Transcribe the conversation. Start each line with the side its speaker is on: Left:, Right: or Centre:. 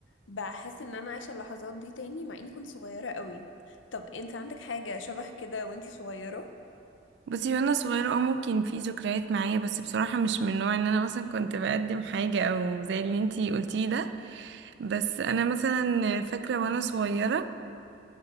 Left: بحس ان انا عايشة اللحظات دي تاني مع اني كنت صغيرة قوي طب انت عندك حاجة شبه كده وانتي صغيرة
Right: بصي وانا صغيره اه ممكن في ذكريات معايا بس بصراحه مش من نوع ان انا مثلا كنت بقدم حاجه او زي اللي انتي قلتيه ده بس انا مثلا فاكره وانا صغيره